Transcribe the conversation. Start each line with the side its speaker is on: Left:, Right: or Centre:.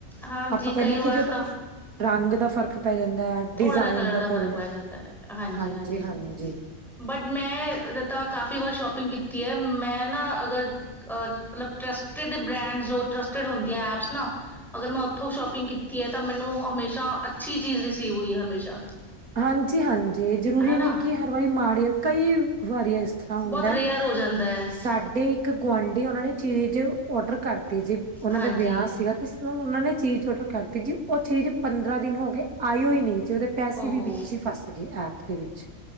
Centre: ਹਾਂਜੀ
Right: ਆਪਾਂ ਕਹਿੰਦੇ
Centre: ਕਈ
Right: ਹਾਂ
Centre: ਵਾਰ
Right: ਕਿ ਜੇ ਉਹ ਤਾਂ ਰੰਗ ਦਾ ਫ਼ਰਕ ਪੈ ਜਾਂਦਾ ਹੈ
Centre: ਥੋੜਾ
Right: ਡਿਜ਼ਾਇਨ
Centre: ਜਿਹਾ ਕਲਰ ਦਾ
Right: ਕਈ
Centre: ਫ਼ਰਕ
Right: ਵੇਲੇ
Centre: ਪੈ ਜਾਂਦਾ ਏ, ਹਾਂਜੀ-ਹਾਂਜੀ
Right: ਹਾਂਜੀ ਹਾਂਜੀ
Centre: ਬਟ ਮੈਂ ਉਦੇ ਤਾਂ ਕਾਫ਼ੀ ਵਾਰ ਸ਼ੋਪਿੰਗ ਕੀਤੀ ਹੈ, ਮੈਂ ਨਾ ਅਗਰ ਅ ਮਤਲਬ ਟਰਸਟ ਫਿਰ ਬੀ ਬਰੈਂਡਜ਼ ਜੋ ਟਰੱਸਟਿਡ ਹੁੰਦੀਆਂ ਐਪਸ ਨਾ, ਅਗਰ ਮੈਂ ਉੱਥੋਂ ਸ਼ੋਪਿੰਗ ਕੀਤੀ ਹੈ ਤਾਂ ਮੈਨੂੰ ਹਮੇਸ਼ਾ ਅੱਛੀ ਚੀਜ਼ ਰਿਸੀਵ ਹੋਈ ਹੈ ਹਮੇਸ਼ਾ।
Right: ਹਾਂਜੀ-ਹਾਂਜੀ ਜਰੂਰੀ
Centre: ਹਨਾ
Right: ਨੀ ਕਿ ਹਰ ਵਾਰੀ ਮਾੜੀ ਹੈ ਕਈ ਵਾਰੀ ਹੈ ਇਸ ਤ੍ਹਾਂ ਹੁੰਦਾ
Centre: ਬਹੁਤ ਰੇਅਰ ਹੋ ਜਾਂਦਾ ਹੈ
Right: ਸਾਡੇ ਇੱਕ ਗੁਆਂਢੀ ਉਹਨਾਂ ਨੇ ਚੀਜ਼ ਔਡਰ ਕਰ ਤੇ ਜੀ ਉਹਨਾਂ
Centre: ਹਾਂਜੀ
Right: ਦਾ ਵਿਆਹ ਸੀਗਾ ਕਿ ਉਹਨਾਂ ਨੇ ਚੀਜ਼ ਔਡਰ ਕਰਤੀ ਜੀ, ਉਹ ਚੀਜ਼ ਪੰਦਰਾਂ ਦਿਨ ਹੋਗੇ, ਆਇਓ ਹੀ ਨਹੀਂ, ਜੀ ਉਹਦੇ ਪੈਸੇ
Centre: ਉਹ
Right: ਵੀ ਵਿੱਚ ਹੀ ਫਸ ਗਏ, ਐਪ ਦੇ ਵਿੱਚ,